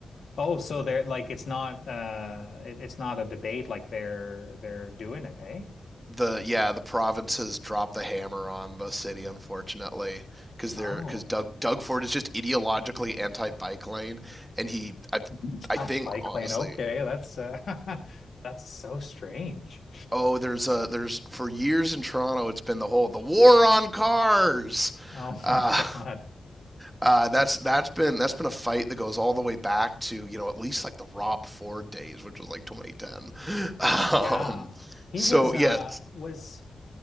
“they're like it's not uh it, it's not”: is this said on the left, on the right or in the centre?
Left